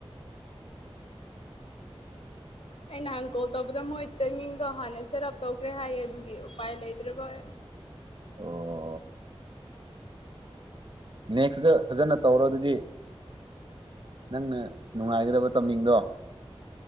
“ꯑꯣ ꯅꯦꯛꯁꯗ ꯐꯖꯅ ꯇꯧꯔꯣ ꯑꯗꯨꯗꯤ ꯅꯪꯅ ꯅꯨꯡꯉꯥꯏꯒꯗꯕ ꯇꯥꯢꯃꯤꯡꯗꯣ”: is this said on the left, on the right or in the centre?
Right